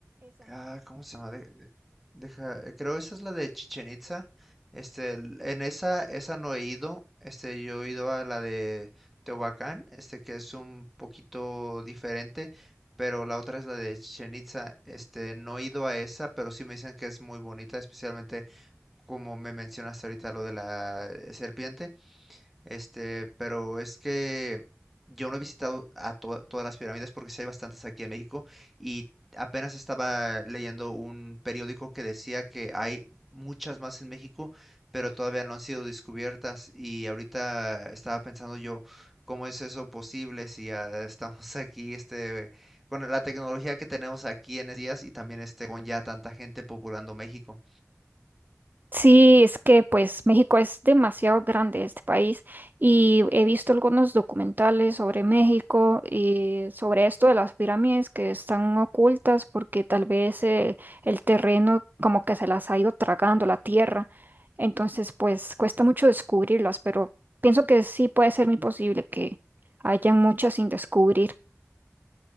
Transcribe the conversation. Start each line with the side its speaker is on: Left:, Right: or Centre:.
Centre: Ah, ¿cómo se llama? De- de- deja, eh, creo esa es la de Chichen Itza. Este, el- en esa, esa no he ido. Este, yo he ido a la de Teotihuacán, este, que es un poquito diferente, pero la otra es la de Chichen Itza. Este, no he ido a esa, pero sí me dicen que es muy bonita, especialmente como me mencionaste ahorita lo de la eh, serpiente. Este, pero es que yo no he visitado a to- todas las pirámides porque sí hay bastantes aquí en México y apenas estaba leyendo un periódico que decía que hay muchas más en México, pero todavía no han sido descubiertas y ahorita estaba pensando yo, ¿cómo es eso posible si ya estamos <laughs> aquí, este, con la tecnología que tenemos aquí en estos días y también este, con ya tanta gente populando México?
Right: Sí, es que pues México es demasiado grande este país y he visto algunos documentales sobre México y sobre esto de las pirámides que están ocultas porque tal vez eh, el terreno como que se las ha ido tragando la tierra. Entonces pues cuesta mucho descubrirlas, pero pienso que sí puede ser muy posible que hayan muchas sin descubrir.